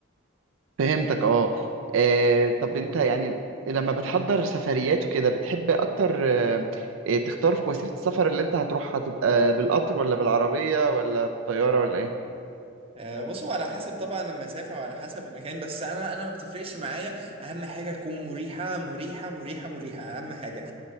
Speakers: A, on the right; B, on the right.
A: فهمتك اه آه، طب انت يعني لما بتحضر سفريات وكده بتحب اكتر آه، آه، تختار في وسيلة السفر اللي انت هتروحها تبقى بالقطر ولا بالعربية ولا بالطيارة ولا ايه
B: آه، بصوا على حسب طبعا المسافة وعلى حسب المكان بس أنا أنا ما بتفرقش معايا أهم حاجة تكون مريحة مريحة مريحة مريحة أهم حاجة